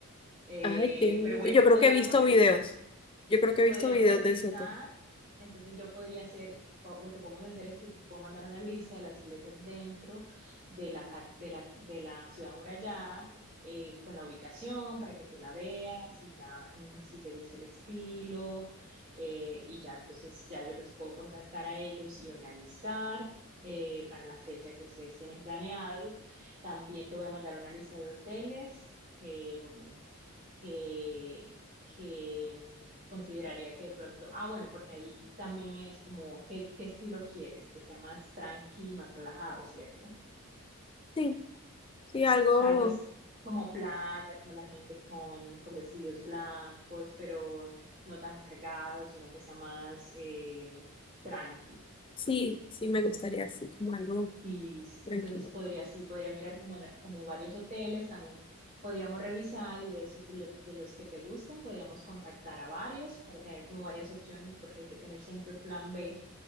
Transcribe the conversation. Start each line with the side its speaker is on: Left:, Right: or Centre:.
Right: Eh,
Left: Ay, qué bonito.
Right: pero bueno,
Left: Yo creo
Right: podríamos
Left: que he visto
Right: revisar.
Left: videos. Yo creo que he
Right: Podríamos
Left: visto videos
Right: revisar.
Left: de ese tour.
Right: Entonces yo podría hacer, po- lo que podemos hacer es que te puedo mandar una lista de las iglesias dentro de la, ca- de la, de la ciudad amurallada, eh, con la ubicación para que tú la veas y ya mm, si te gusta el estilo. eh, y ya entonces ya yo los puedo contactar a ellos y organizar eh, para la fecha que ustedes tienen planeado. También te voy a mandar una lista de hoteles que, mm, que, que mm, consideraría que de pronto, ah, bueno, porque ahí también es como, ¿qué, qué estilo quieres? Que sea más tranqui, más relajado, ¿cierto? O
Left: Sí, sí, algo,
Right: sea, algo es como playa, como la gente con, con vestidos blancos, pero no tan cargados, sino que sea más eh, tranqui.
Left: sí, sí me gustaría así, como algo
Right: Listo.
Left: tranquilo.
Right: Entonces podría, sí, podría mirar como, la- como varios hoteles, también podríamos revisar y de esos de, lo- de los que te gusten, podríamos contactar a varios para tener como varias opciones porque hay que tener siempre plan B